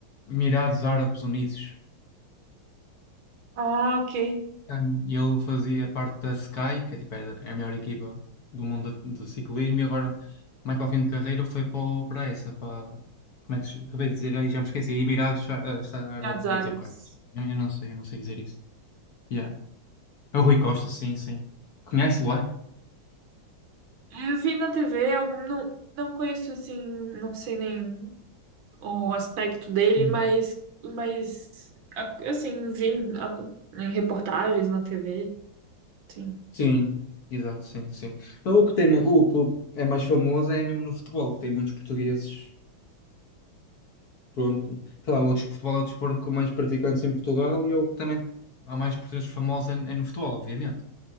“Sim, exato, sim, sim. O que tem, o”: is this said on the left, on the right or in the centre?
Left